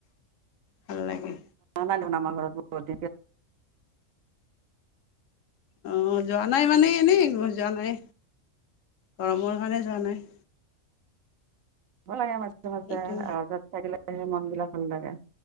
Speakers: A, on the left; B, on the right.
A: ভাল লাগে।
B: আমাৰ ঘৰত
A: অ', যোৱা নাই মানে, এনে যোৱা নাই। গৰমৰ কাৰণে যোৱা নাই।
B: লাগে মাজে মাজে,
A: সেইটো
B: আহ-যাহ থাকিলেহে মন বিলাক ভাল লাগে।